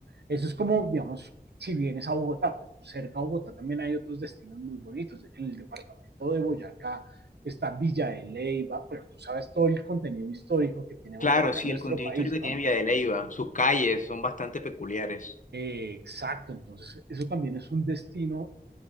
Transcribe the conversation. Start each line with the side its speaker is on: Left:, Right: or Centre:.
Right: Eso es como, digamos, si vienes a Bogotá, pero cerca a Bogotá también hay otros destinos muy bonitos. En el departamento de Boyacá está Villa de Leyva, pero tú sabes todo el contenido histórico que tiene
Left: Claro,
Right: Boyacá
Left: sí,
Right: en nuestro
Left: el contenido
Right: país,
Left: histórico que tiene
Right: ¿no?
Left: Villa de Leyva, sus calles son bastante peculiares.
Right: Eh, exacto, entonces eso también es un destino